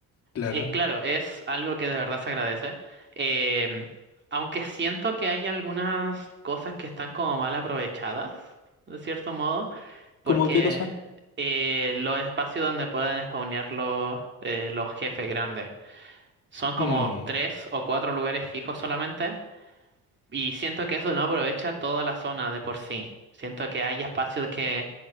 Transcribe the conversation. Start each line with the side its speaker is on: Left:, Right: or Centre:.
Left: Claro.
Right: Y claro, es algo que de verdad se agradece. Em, aunque siento que hay algunas cosas que están como mal aprovechadas, de cierto modo, porque
Left: ¿Cómo qué cosa?
Right: eh, los espacios donde pueden spawnear los, eh, los jefes grandes son como
Left: Mm,
Right: tres o cuatro lugares fijos solamente, y siento que eso no aprovecha toda la zona de por sí. Siento que hay espacios que